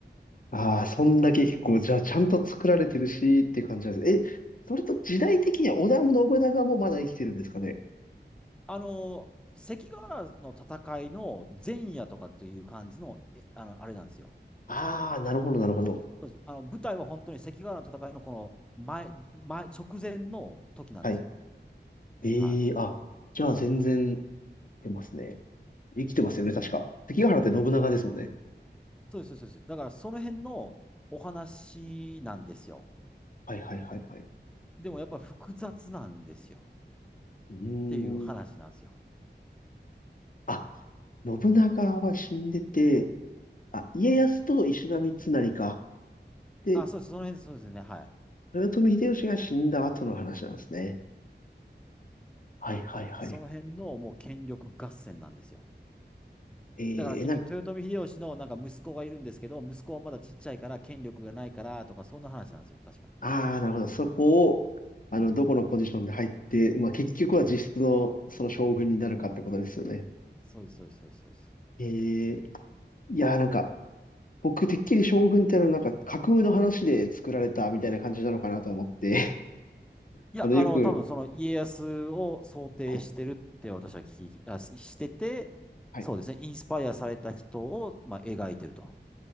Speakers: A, on the left; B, in the centre.
A: ああ、そんだけ結構、じゃあ、ちゃんと作られてるし、っていう感じなんです。え、それと時代的には織田信長もまだ生きてるんですかね。
B: あの、関ヶ原の戦いの前夜とかという感じの、えあの、あれなんですよ。
A: ああ、なるほど、なるほど。
B: そうです。あの、舞台は本当に関ヶ原の戦いのこの前、前、直前の時なんですよ。
A: はい。ええあ、
B: は
A: じゃあ、全然、出ますね。生きてますよね、
B: い。うん。
A: 確か。関ヶ原って信長ですもんね。
B: そうです、そうです。そうですだからその辺のお話なんですよ。
A: はいはいはいはい。
B: でもやっぱ複雑なんですよ。
A: うーん。
B: っていう話なんですよ。
A: あ、信長は死んでて、あ、家康と石田三成か。で、
B: あ、そうです。その辺、そうですね。は
A: 豊臣秀吉が死んだ後の話なんですね。はいはいはい。
B: い。その辺のもう権力合戦なんですよ。
A: えー、
B: だから結局、
A: なんか、
B: 豊臣秀吉のなんか息子がいるんですけど、息子はまだちっちゃいから権力がないからとか、そんな話なんですよ。確か。
A: ああ、なるほど。そこを、あの、
B: うん。
A: どこのポジションで入って、まあ結局は実質のその将軍になるかってことですよね。
B: そうです。そうです、そうです、そうです。そうです
A: えー、いやーなんか、僕てっきり将軍ってのはなんか架空の話で作られたみたいな感じなのかなと思って、<laughs>
B: いや、
A: あの、
B: あの、
A: よく、
B: 多分その家康を想定してるって私は聞き、
A: はい、
B: あ、ししてて、
A: はい。
B: そうですね。インスパイアされた人を、まあ、描いてると。